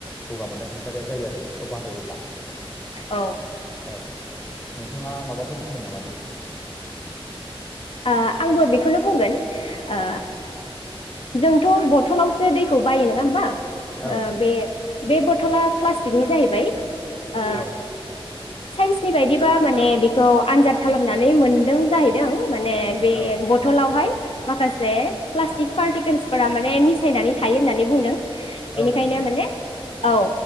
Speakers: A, on the left (about 20°); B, on the left (about 65°).
A: गगा मोननाय थाखाय सारिया जायो आरो बेखौ बाहायोब्ला
B: ओ
A: औ नोंथाङा माबाफोर बुंगोन नामा बिद
B: ओ आंबो बेखौनो बुंगोन ओ जोंथ' बथलावसो दैखौ बायो नङा होमबा?
A: औ
B: ओ
A: नंगौ
B: बे बे बद बथला प्लास्टिकनि जाहैबाय । ओ
A: औ
B: साइन्सनि बायदिबा माने बे खौ आनजाद खालामनानै मोनदो । माने बे
A: औ
B: बथलावहाय माखासे प्लास्टिक पार्टिकेल्सफोरा माने मिसायनानै थायो होननानै बुंदों। बेनिखायनो
A: औ नंगौ नंगौ
B: माने औ